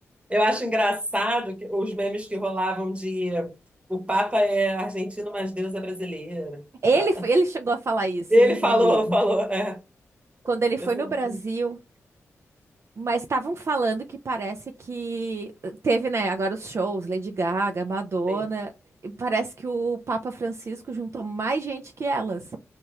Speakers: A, on the right; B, on the right.
A: Eu acho engraçado que os memes que rolavam de o Papa é argentino, mas Deus é brasileiro.
B: Ele,
A: Tá.
B: foi- ele chegou a falar isso
A: Ele
B: em entrevista.
A: falou, falou, é.
B: Quando ele foi
A: Eu sou-
B: no Brasil. Mas estavam falando que parece que teve, né, agora os shows, Lady Gaga, Madonna,
A: Sim.
B: e parece que o Papa Francisco juntou mais gente que elas.